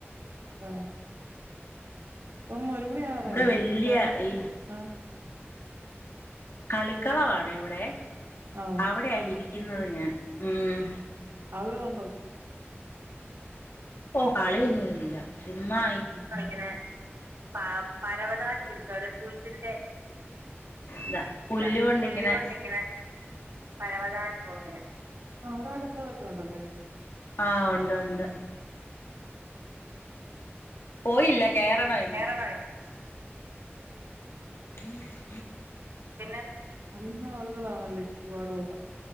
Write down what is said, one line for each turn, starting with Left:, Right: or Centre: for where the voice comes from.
Right: ആഹ് ഇപ്പം ഒരു മണിയാവാറായി
Left: ഇവിടെ
Right: ഇനി
Left: വല്യ
Right: <unintelligible>
Left: ഈ
Right: ആഹ്
Left: കളിക്കളവാണെ ഇവിടെ
Right: ആണോ
Left: അവടെയ ഇരിക്കുന്നത് ഞാൻ ഉം
Right: ആളുകളുണ്ടോ
Left: ഓ കളി ഒന്നുയില്ല ചുമ്മാ
Right: ഇപ്പ ഇങ്ങനെ പ പരവതാനി വിരിച്ച പോലെ പുല്ലിന്റെ
Left: ഇതാ പുല്ല്
Right: താ
Left: കൊണ്ടിങ്ങനെ
Right: പുല്ലുകൊണ്ടിങ്ങനെ പരവതാനി പോലെയ ആഹ് അവിടെ അടുത്തതൊക്കെ ഉണ്ടല്ലേ
Left: ആഹ് ഉണ്ട് ഉണ്ട് പോയില്ല കേറണമിന്ന്
Right: <unintelligible>
Left: <inaudible>
Right: പിന്നെ അറിയുന്ന ആളുകളാണല്ലോ ചുറ്റുപാടുള്ളെ